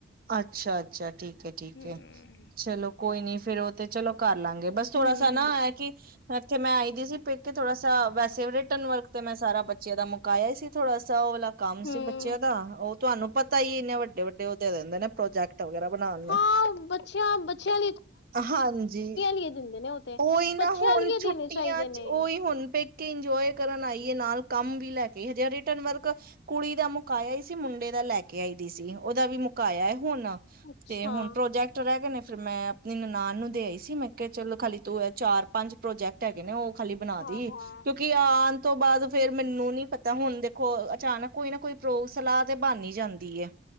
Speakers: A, on the right; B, on the left.
A: ਅੱਛਾ-ਅੱਛਾ, ਠੀਕ ਏ ਠੀਕ
B: ਹੂੰ-ਹੂੰ।
A: ਏ, ਚਲੋ ਕੋਈ ਨੀ ਫਿਰ ਤੇ ਚਲੋ ਕਰ ਲਾਂਗੇ ਬੱਸ ਥੋੜਾ
B: ਹੂੰ
A: ਸਾ ਨਾ ਐ ਕੀ ਇੱਥੇ ਮੈਂ ਆਈ ਦੀ ਸੀ ਪੇਕੇ ਥੋੜਾ ਸਾ, ਵੈਸੇ ਰਿਟਰਨ ਵਰਕ ਤੇ ਮੈਂ ਸਾਰਾ ਬ ਬੱਚਿਆਂ ਦਾ ਮੁਕਾਇਆ ਹੀ ਸੀ ਥੋੜਾ ਸਾ, ਉਹ ਵਾਲਾ ਕੰਮ
B: ਹੂੰ,
A: ਸੀ ਬੱਚਿਆਂ ਦਾ, ਉਹ ਤੁਹਾਨੂੰ ਪਤਾ ਹੀ ਇੰਨੇ ਵੱਡੇ-ਵੱਡੇ ਦਿੰਦੇ ਨੇ ਪ੍ਰੋਜੈਕਟ ਵਗੈਰਾ ਬਣਾਉਣ ਨੂੰ,
B: ਹਾਂ ਬੱਚਿਆਂ-ਬੱਚਿਆਂ
A: ਹਾਂਜੀ।
B: ਕੀ ਦਿੰਦੇ ਨੇ ਉਹ ਤੇ
A: ਉਹੀ ਨਾ
B: ਬੱਚਿਆਂ
A: ਹੁਣ
B: ਲਈ
A: ਛੁੱਟੀਆਂ
B: ਦੇਣੇ ਚਾਹੀਦੇ
A: 'ਚ'
B: ਨੇ
A: ਉਹੀ ਹੁਣ ਪੇਕੇ। ਕੇ ਇੰਜੋਏ ਕਰਨ ਆਈਏ ਨਾਲ ਕੰਮ ਵੀ ਲੈ ਕੇ ਹਜੇ ਰਿਟਰਨ ਵਰਕ ਕੁੜੀ ਦਾ ਮੁਕਾਇਆ ਆਈ ਸੀ। ਮੁੰਡੇ ਦਾ ਲੈ ਕੇ ਆਈ ਦੀ ਸੀ, ਉਹਦਾ ਵੀ ਮੁਕਾਇਆ ਹੁਣ।
B: ਅੱਛਾ।
A: ਤੇ ਹੁਣ ਪ੍ਰੋਜੈਕਟ ਰਹਿ ਗਏ ਨੇ ਫਿਰ ਮੈਂ ਆਪਣੀ ਨਨਾਣ ਨੂੰ ਦੇ ਆਈ ਸੀ। ਮੈਂ ਕਿਹਾ ਚਲੋ ਖਾਲੀ ਤ ਹੈ ਚਾਰ-ਪੰਜ ਪ੍ਰੋਜੈਕਟ ਹੈਗੇ ਨੇ। ਉਹ ਖਾਲੀ ਬਣਾ
B: ਹਾਂ-ਹਾਂ।
A: ਦੀ ਕਿਉਂਕਿ ਆ ਤੋਂ ਬਾਅਦ ਫੇਰ ਮੈਨੂੰ ਨੀ ਪਤਾ ਹੁਣ ਦੇਖੋ ਅਚਾਨਕ ਕੋਈ ਨਾ ਕੋਈ ਪ੍ਰੋਗ ਸਲਾਹ ਤੇ ਬਣ ਹੀ ਜਾਂਦੀ ਏ।